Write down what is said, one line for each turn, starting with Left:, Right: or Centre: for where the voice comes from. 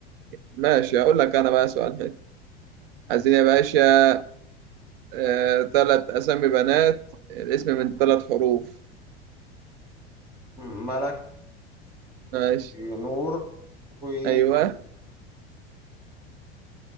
Right: ماشي أقول لك أنا بقى سؤال حلو عايزين يا باشا آه، تلات أسامي بنات الاسم من تلات حروف
Centre: ملك
Right: ماشي
Centre: ونور وريم
Right: أيوه